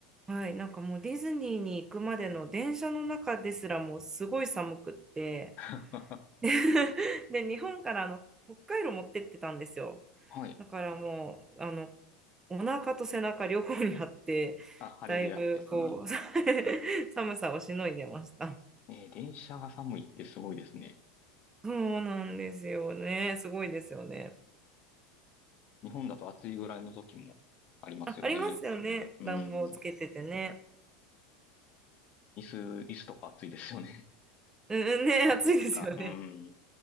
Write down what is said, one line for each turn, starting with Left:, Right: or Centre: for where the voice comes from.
Right: はい、なんかもうディズニーに行くまでの電車の中ですらもうすごい寒くって
Left: あ、
Right: で <laughs> で日本からあの北海道持ってってたんですよ
Left: <laughs> はい。
Right: だからもうあのお腹と背中両方にあって
Left: あ、晴れるやつですね。
Right: だいぶこう <laughs> 寒さをしのいでました
Left: えー電車が寒いってすごいですね。
Right: そうなんですよねすごいですよね
Left: 日本だと暑いぐらいの時もありますよね。
Right: あ、ありますよね。
Left: うん。
Right: 暖房つけててね。
Left: 椅子、椅子とか暑いですよね。
Right: うんうんね、
Left: <laughs> 座席か。
Right: 暑いですよね。
Left: うん。